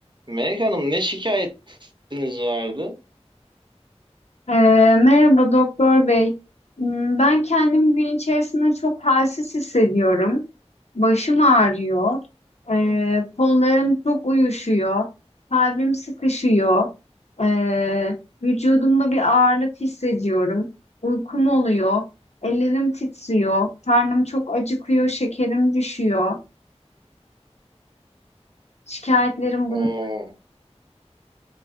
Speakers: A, on the right; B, on the left.
A: Melek Hanım ne şikayetiniz vardı?
B: Ee, merhaba doktor bey. Hmm, Ben kendimi gün içerisinde çok halsiz hissediyorum. Başım ağrıyor. Ee,
A: Hı hı.
B: kollarım çok uyuşuyor. Kalbim sıkışıyor. Ee, vücudumda bir ağırlık hissediyorum. Uykum oluyor. Ellerim titriyor. Karnım çok acıkıyor. Şekerim düşüyor. Şikayetlerim
A: O
B: bunlar.